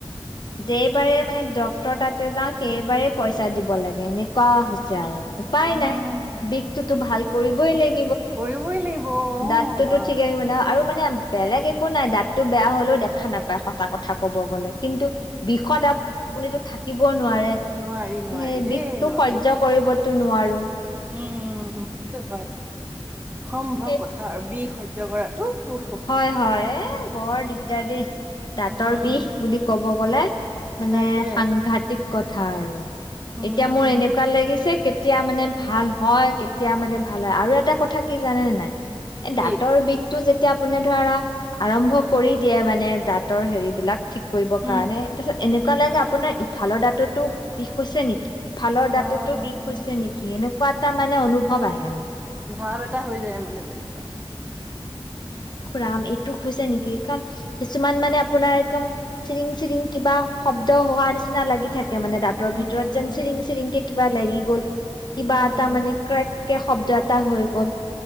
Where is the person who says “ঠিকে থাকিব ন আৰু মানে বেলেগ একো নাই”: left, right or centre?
Left